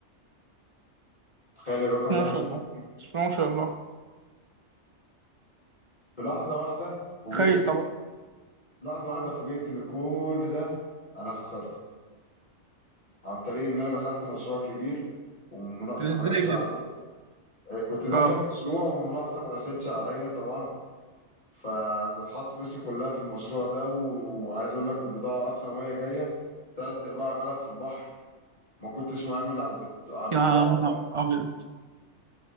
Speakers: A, on the left; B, on the right.
A: تخيل الرقم اللي
B: ما
A: انا
B: شاء
A: بكلمك
B: الله ما شاء الله
A: في لحظة واحدة فوجئت
B: تخيل طبعا
A: لحظة واحدة فوجئت إن كل ده أنا خسرته عن طريق إن أنا دخلت مشروع كبير والمناقصة
B: ازاي
A: ما جاتش عليا
B: كده
A: آه، كنت داخل
B: اه
A: مشروع والمناقصة ما رستش عليا طبعا فكنت حاطط فلوسي كلها في المشروع ده وعايز أقول لك البضاعة أصلا وهي جاية تلات أرباعها غرق في البحر ما كنتش مأمن على البض- على البضاعة
B: يا نهار ابيض